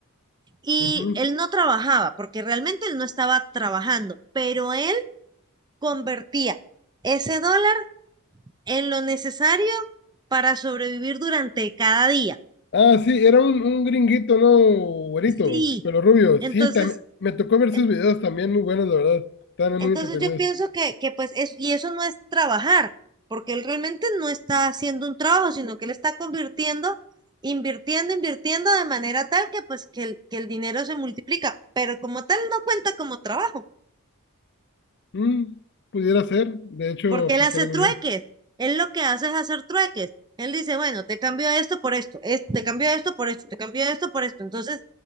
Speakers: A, on the right; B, on the left.
A: y
B: Ujú.
A: él no trabajaba, porque realmente él no estaba trabajando, pero él convertía ese dólar en lo necesario para sobrevivir durante cada día.
B: Ah, sí, era un, un gringuito, ¿no? Güerito,
A: Sí.
B: pelo rubio.
A: Entonces,
B: Sí, también, me tocó ver
A: en-
B: sus videos también muy buenos, la verdad. Estaban
A: entonces
B: muy entretenidos.
A: yo pienso que, que pues es, y eso no es trabajar, porque él realmente no está haciendo un trabajo, sino que él está convirtiendo, invirtiendo, invirtiendo de manera tal que pues que el, que el dinero se multiplica, pero como tal no cuenta como trabajo.
B: Mm, pudiera ser, de hecho,
A: porque
B: aplicaría
A: él hace
B: muy
A: trueques.
B: bien.
A: Él lo que hace es hacer trueques. Él dice, bueno, te cambio esto por esto, es- te cambio esto por esto, te cambio esto por esto. Entonces,